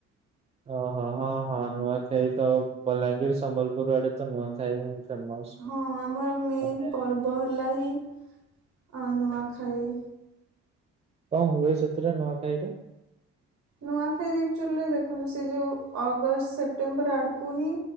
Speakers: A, on the right; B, on the right.
A: ଓହୋ ହଁ ହଁ ନୂଆଖାଇ ତ ବଲାଙ୍ଗୀର ସମ୍ବଲପୁର ଆଡେ ତ ନୂଆଖାଇ। ଫେମସ୍।
B: ହଁ ଆମର ମେନ୍
A: ମାନେ
B: ପର୍ବ ହେଲା ହିଁ ଅ ନୂଆଖାଇ।
A: କଣ ହୁଏ ସେଥିରେ ନୂଆଖାଇରେ?
B: ନୂଆଖାଇରେ ଆକଚୁଆଲି ଦେଖନ୍ତୁ ସେ ଯେଉଁ ଅଗଷ୍ଟ ସେପ୍ଟେମ୍ବର ଆଡ଼କୁ ହିଁ।